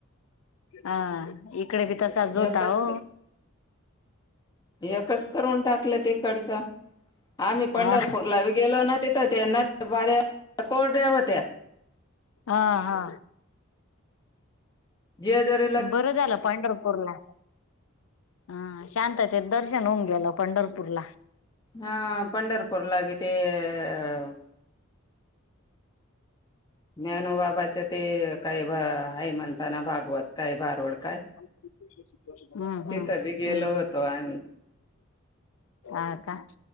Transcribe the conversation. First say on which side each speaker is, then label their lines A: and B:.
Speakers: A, on the left (about 80°); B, on the left (about 20°).
A: हां इकडेबी तसा जोता
B: एकच
A: हो.
B: एकच करून टाकलं तिकडचं. आम्ही पंढरपूरला
A: हा
B: बी गेलो ना तिथं, ते <unintelligible> कोठे होत्या?
A: आं हा.
B: जेजुरी
A: बरं झालं पंढरपूरला. हा शांततेत दर्शन होऊन गेलं पंढरपूरला.
B: हा पंढरपूरला बी ते अ ज्ञानोबाबाचं ते काबा हाय म्हण. तना भागवत काय भारुड
A: हम्म
B: काय, तिथं
A: हम्म हम्म
B: बी गेलो होतो आम्ही.
A: हां का,